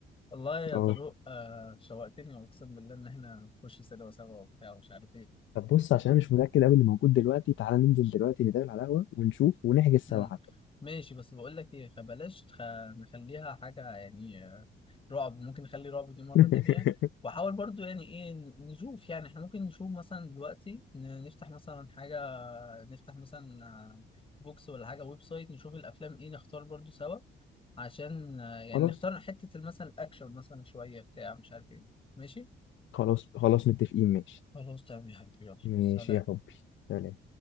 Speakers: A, on the left; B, on the left.
A: والله يا
B: اه
A: طارق آه شوقتني اقسم بالله ان احنا نخش سينما سوا وبتاع ومش عارف ايه
B: طب بص عشان انا مش متاكد قوي اللي موجود دلوقتي تعالى ننزل دلوقتي نتقابل على القهوه ونشوف ونحجز سوا
A: مم.
B: حتى
A: ماشي بس بقول لك ايه فبلاش تخ... نخليها حاجه يعني آه، رعب ممكن نخلي رعب دي مره
B: <laughs>
A: تانية وحاول برضو يعني ايه ن- نشوف يعني احنا ممكن نشوف مثلا دلوقتي ن- نفتح مثلا حاجه نفتح مثلا آه، بوكس ولا حاجه ويب سايت نشوف الافلام ايه نختار برضو سوا عشان آه، يعني
B: خلاص
A: نختار حته مثلا الاكشن مثلا شويه بتاع مش عارف ايه ماشي
B: خلاص خلاص متفقين ماشي
A: خلاص تمام يا حبيبي يلا
B: ماشي
A: سلام
B: يا حبي سلام